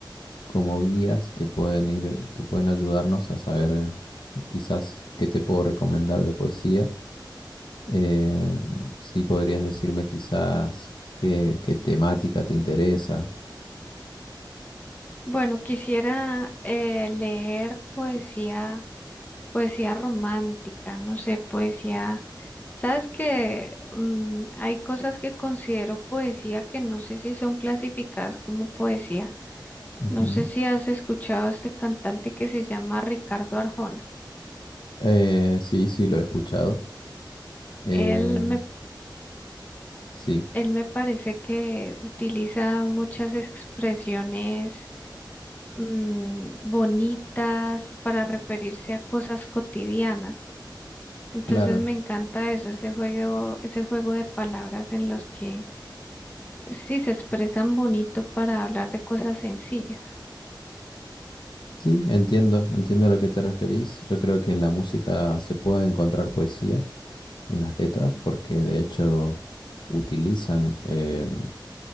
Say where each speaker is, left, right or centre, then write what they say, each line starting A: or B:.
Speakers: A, on the left (about 75°); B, on the left (about 20°).
A: como guías que pueden ir, que pueden ayudarnos a saber eh, quizás qué te puedo recomendar de poesía Eh, sí podrías decirme quizás qué, qué temática te interesa.
B: Bueno, quisiera eh, leer poesía, poesía romántica, no sé, poesía. Sabes que mm, hay cosas que considero poesía que no sé si son clasificadas como poesía.
A: Ujú.
B: No sé si has escuchado a este cantante que se llama Ricardo Arjona.
A: Eh, sí, sí, lo he escuchado. Em,
B: Él me,
A: sí,
B: él me parece que utiliza muchas expresiones mm, bonitas para referirse a cosas cotidianas. Entonces
A: claro.
B: me encanta eso, ese juego, ese juego de palabras en los que pues sí se expresan bonito para hablar de cosas sencillas.
A: Sí, entiendo, entiendo a lo que te referís. Yo creo que en la música se puede encontrar poesía en las letras porque de hecho utilizan em,